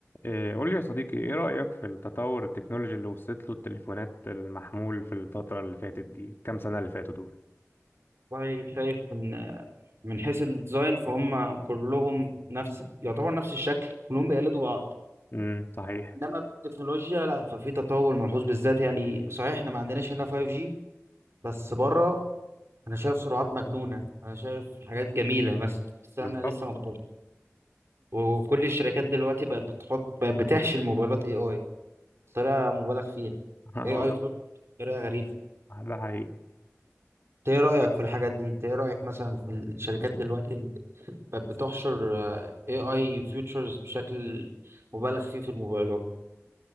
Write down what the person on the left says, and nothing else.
إيه، قول لي يا صديقي ايه رأيك في التطور التكنولوجي اللي وصلت له التليفونات المحمول في الفترة اللي فاتت دي كام سنة اللي فاتوا دول
امم صحيح
بالظبط
<laughs> اهو
ده حقيقي